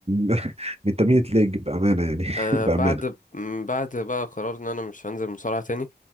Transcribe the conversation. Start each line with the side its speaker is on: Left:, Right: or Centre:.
Right: <laughs> من تمرين الليج بامانه يعني
Left: انا
Right: <laughs> بامانه
Left: بعد م- بعد بقى قرار ان انا مش هنزل مصارعة تاني